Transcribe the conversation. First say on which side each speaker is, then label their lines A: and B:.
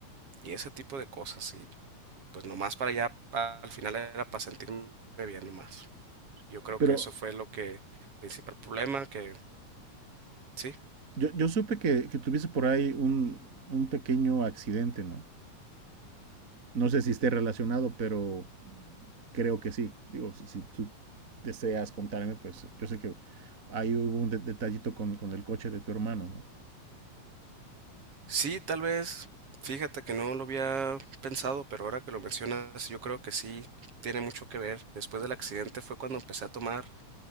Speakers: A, on the right (about 50°); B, on the right (about 30°).
A: y ese tipo de cosas y pues nomás para allá al final era para sentirme bien nomás. Yo creo
B: Pero
A: que eso fue lo que, principal problema, que sí,
B: yo, yo supe que, que tuviste por ahí un, un pequeño accidente, ¿no? No sé si esté relacionado, pero creo que sí. Digo, si, si tú deseas contarme, pues yo sé que ahí hubo un de detallito con, con, el coche de tu hermano, ¿no?
A: sí, tal vez, fíjate que no lo había pensado, pero ahora que lo mencionas, yo creo que sí, tiene mucho que ver. Después del accidente fue cuando empecé a tomar,